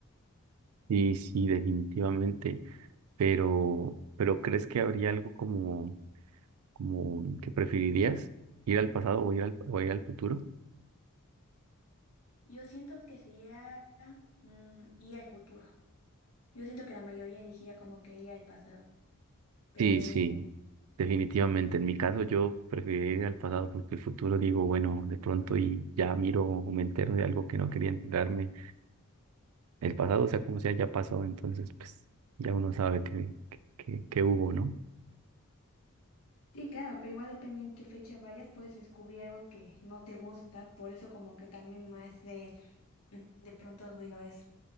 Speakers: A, on the right; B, on the left.
A: Sí, sí, definitivamente, pero, pero ¿crees que habría algo como, como que preferirías ir al pasado o ir al, o ir al futuro?
B: Yo siento que sería mm, ir al futuro. Yo siento que la mayoría elegiría como que ir al pasado. Pero
A: Sí, sí, definitivamente. En mi caso yo prefiero ir al pasado porque el futuro digo, bueno, de pronto y ya miro o me entero de algo que no quería enterarme. El pasado, o sea, como sea, ya pasó, entonces pues ya uno sabe que, que, que- que hubo, ¿no?
B: sí, claro, pero igual depende en qué fecha vayas, puedes descubrir algo que no te gusta. Por eso como que también me hace de pronto ruido eso.